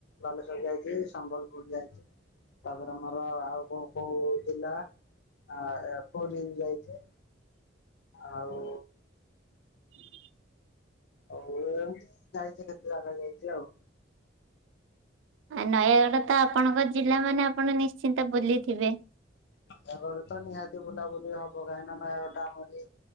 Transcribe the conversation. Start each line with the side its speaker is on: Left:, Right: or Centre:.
Left: ବାଲେଶ୍ଵର ଯାଇଚି ସମ୍ବଲପୁର ଯାଇଚି ତାପରେ ଆମର ଆଉ କ ପୋଉଜିଲା ଆ ପୁରୀବି ଯାଇଚି। ଆଉ
Right: <inaudible>
Left: ଆଉ ଯାଇଥିଲି କେତେ ଜାଗା ଯାଇଚି ଆଉ।
Right: ଆ ନୟାଗଡ଼ତ ଆପଣଙ୍କ ଜିଲ୍ଲା ମାନେ ଆପଣ ନିଶ୍ଚିନ୍ତ ବୁଲିଥିବେ?
Left: ନୟାଗଡ଼ତ ନିହାତି ବୁଲା ବୁଲି ହବ କାହିଁକିନା ନୟାଗଡଟା ଆମରି